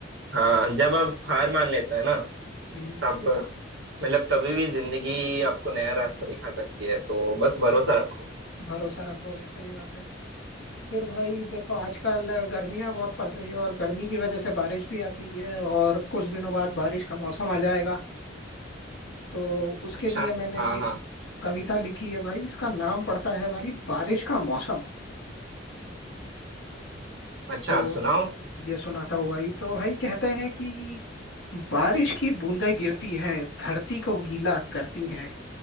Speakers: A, on the right; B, on the left.
A: हाँ जब आप हार मान लेते हैं ना
B: हम्म
A: तब मतलब तभी भी जिंदगी आपको नया रास्ता दिखा सकती है तो बस भरोसा रखो
B: भरोसा रखो भाई सही बात है फिर भाई देखो आजकल गर्मियां बहुत पड़ रही है और गर्मी की वजह से बारिश भी आती है और कुछ दिनों बाद बारिश का मौसम आ जाएगा तो उसके
A: अच्छा
B: लिए मैंने
A: हाँ
B: एक
A: हाँ
B: कविता लिखी है भाई इसका नाम पड़ता है भाई बारिश का मौसम
A: अच्छा
B: तो
A: सुनाओ
B: ये सुनाता हूँ भाई तो भाई कहते हैं कि बारिश की बूंदें गिरती हैं धरती को गीला करती हैं